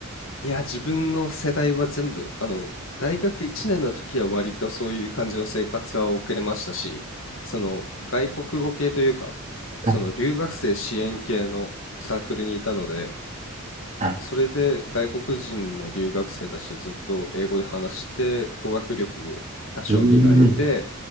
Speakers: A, on the left; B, on the right.
A: いや、自分の世代は全部、あの、大学1年の時は割とそういう感じの生活は送れましたし、その外国語系というか、
B: はい。
A: その留学生支援系のサークルにいたので、
B: はい。
A: それで外国人の留学生たちとずっと英語で話して語学力多少磨いてっ
B: うーん